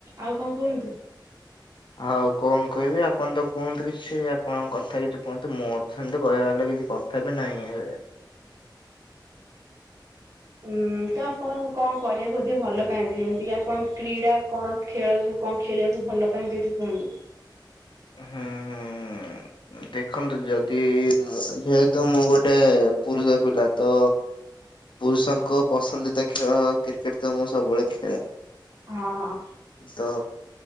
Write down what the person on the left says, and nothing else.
ଆଉ କଣ କହିବି ଆପଣ ତ କୁହନ୍ତୁ କିଛି ଆପଣଙ୍କ କଥା କିଛି କୁହନ୍ତୁ ମୁଁ ତ ସେମିତି କହିବା ଲାଗ କିଛି କଥା ବି ନହିଁ।
ହୁଁ ହୁଁ। ଦେଖନ୍ତୁ ଯଦି ମୁଁ ଯେହେତୁ ମୁଁ ଗୋଟେ ପୁରୁଷ ପିଲା ତ ପୁରୁଷଙ୍କ ପସନ୍ଦିତା ଖେଳ କ୍ରିକେଟ ତ ମୁଁ ସବୁବେଳେ ଖେଳେ।
ତ ତ